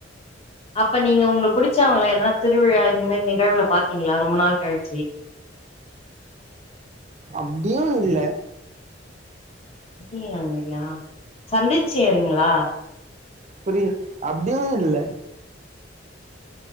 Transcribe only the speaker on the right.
அப்டியு இல்ல
புரியிது அப்டிம் இல்ல